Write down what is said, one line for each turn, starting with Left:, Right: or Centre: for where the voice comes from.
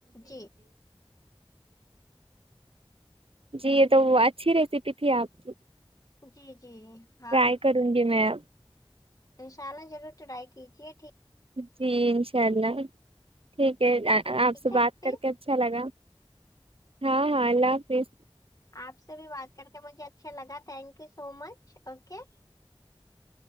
Left: جی
Right: جی یہ تو اچھی ریسیپی تھی آپ کی
Left: جی جی امم
Right: ٹرائی کروں گی میں
Left: انشاء اللہ ضرور ٹرائی کیجیے ٹھیک
Right: جی انشاء اللہ ٹھیک ہے
Left: ٹھیک
Right: آپ سے
Left: ہے
Right: بات
Left: پھر
Right: کرکے اچھا لگا ہاں ہاں اللہ حافظ
Left: آپ سے بھی بات کرکے مجھے اچھا لگا thank you so much okay